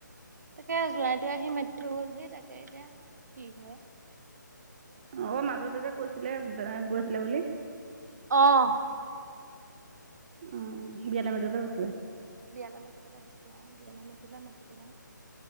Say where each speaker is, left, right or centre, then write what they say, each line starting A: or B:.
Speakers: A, on the right (about 55°); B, on the right (about 30°).
A: তাকে জোৱাইটো আহি মাতি থয় গলহি তাকে এতিয়া কি হয়।
B: অ' মাজতে যে কৈছিলে দাদাহত গৈছিলে বুলি।
A: অ'
B: অহ, বিয়ালে মাতিবলৈ গৈছিলে।
A: বিয়ালৈ মাতি পেলাই আহিছিল বিয়ালৈ মাতিলো মাতি পেলাই